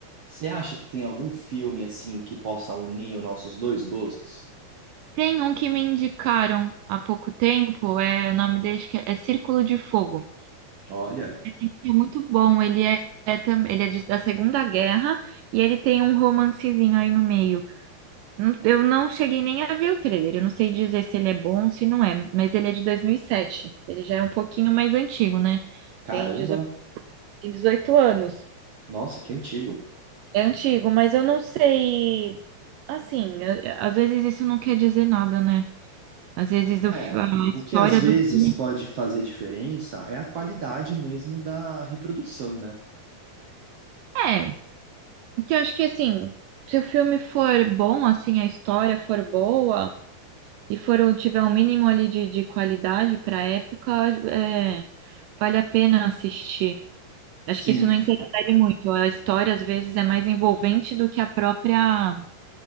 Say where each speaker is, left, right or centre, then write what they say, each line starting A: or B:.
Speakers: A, on the right; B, on the right.
A: Você acha que tem algum filme assim que possa unir os nossos dois gostos?
B: Tem um que me indicaram há pouco tempo, é, o nome dele acho que é, é Círculo de Fogo.
A: Olha,
B: Esse aqui É muito bom, ele é, é, tam- ele é de- da Segunda Guerra e ele tem um romancezinho aí no meio. Não- Eu não cheguei nem a ver o trailer. Eu não sei dizer se ele é bom ou se não é, mas ele é de dois mil e sete Ele já é um pouquinho mais antigo, né?
A: caramba,
B: Tem 18 tem 18 anos.
A: nossa, que antigo.
B: É antigo, mas eu não sei. Assim, a- às vezes isso não quer dizer nada, né? Às vezes
A: É,
B: eu a
A: o
B: história
A: que às vezes
B: do filme.
A: pode fazer diferença é a qualidade mesmo da reprodução, né?
B: É. Então, eu acho que assim, se o filme for bom, assim, a história for boa e for um- tiver um mínimo ali de, de qualidade para época, é, vale a pena assistir. Acho
A: Sim,
B: que isso não interfere muito. A história, às vezes, é mais envolvente do que a própria,